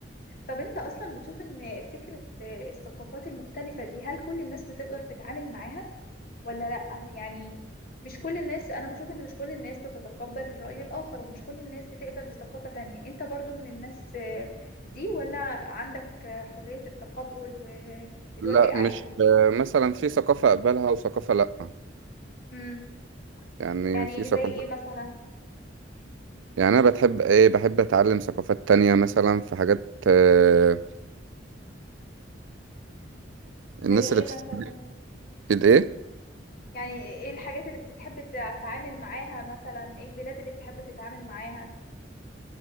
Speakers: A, on the left; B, on the right.
A: طب انت اصلا بتشوف ان فكره الثقافات المختلفه دي هل كل الناس بتقدر تتعامل معاها ولا لأ يعني مش كل الناس أنا بشوف إن مش كل الناس بتتقبل الرأي الآخر ومش كل الناس بتقبل بثقافة تانية أنت برضو من الناس آه، دي ولا عندك آه، حرية التقبل وبتوافق
B: لا
A: عادي
B: مش آه، مثلا في ثقافة أقبلها وثقافة لأ
A: امم
B: يعني
A: يعني
B: في ثقافة
A: زي إيه مثلا
B: يعني أنا بتحب إيه بحب أتعلم ثقافات تانية مثلا في حاجات آه،
A: زي
B: الناس
A: إيه
B: اللي
A: مثلا
B: بتتعلم الايه
A: يعني إيه الحاجات اللي بتحب تتعامل معاها مثلا إيه البلاد اللي بتحب تتعامل معاها